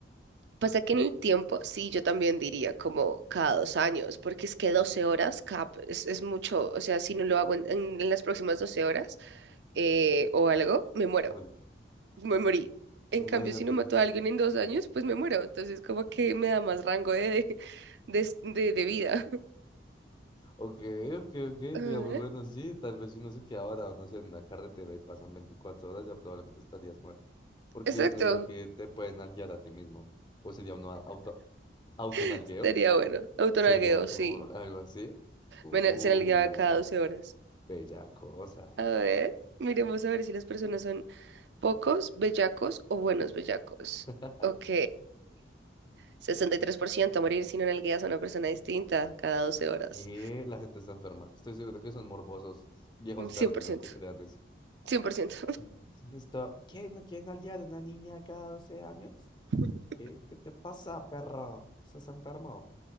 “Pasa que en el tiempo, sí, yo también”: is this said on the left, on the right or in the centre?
Right